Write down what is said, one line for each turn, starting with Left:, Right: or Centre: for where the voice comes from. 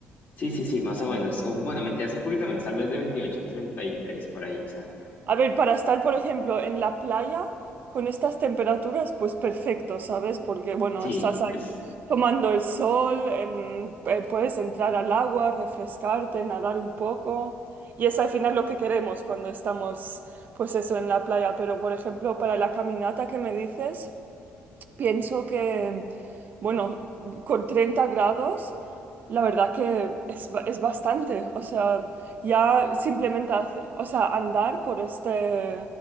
Left: Sí, sí, sí, más o menos. O bueno, mentiras un poquito menos, tal vez de 28 a 33 por ahí. O sea,
Right: A ver, para estar, por ejemplo, en la playa con estas temperaturas, pues perfecto, ¿sabes? Porque, bueno,
Left: sí,
Right: estás ahí
Left: pues
Right: tomando el sol, em, eh, puedes entrar al agua, refrescarte, nadar un poco. Y es al final lo que queremos cuando estamos, pues eso, en la playa. Pero, por ejemplo, para la caminata que me dices. Pienso que, bueno, con 30 grados, la verdad que es, ba- es bastante. O sea, ya simplemente, hace- o sea, andar por este,